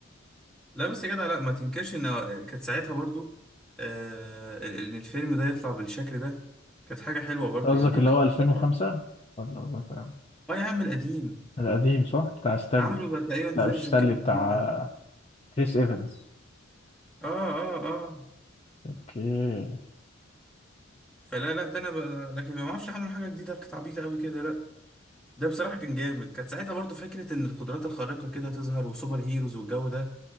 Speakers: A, in the centre; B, on the left.
A: لا بس يا جدع لا ما تنكرش إن آه، كانت ساعتها برضو آه إن الفيلم ده يطلع بالشكل ده كانت حاجة حلوة برضو
B: قصدك
A: يعني
B: اللي
A: وكانت-
B: هو 2005
A: آه
B: ولا ولا
A: يا عم القديم
B: القديم صح بتاع ستانلي
A: عملوا بقى تقريبا
B: لا
A: فيرجن
B: مش ستانلي
A: كده
B: بتاع
A: جديد يعني
B: كريس ايفنز
A: آه آه آه
B: اوكي
A: فلا لا ده أنا ب... لكن ما أعرفش عملوا حاجة جديدة كانت عبيطة قوي كده لا ده بصراحة كان جامد كانت ساعتها برضو فكرة إن القدرات الخارقة كده تظهر وسوبر هيروز والجو ده